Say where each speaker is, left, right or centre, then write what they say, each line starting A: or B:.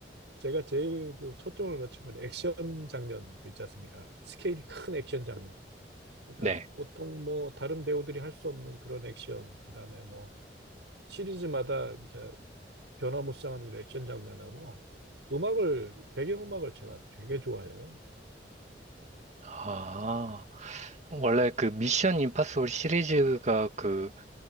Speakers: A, on the right; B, on the right.
A: 제가 제일 그 초점을 맞춘 건 액션 장면 그 있지 않습니까? 스케일이 큰 액션 장면. 그러니까
B: 네.
A: 보통 뭐 다른 배우들이 할 수 없는 그런 액션, 그다음에 뭐 시리즈마다 이제 변화무쌍한 그런 액션 장면하고 음악을 배경음악을 제가 되게 좋아해요.
B: 아, 원래 그 미션 임파서블 시리즈가 그,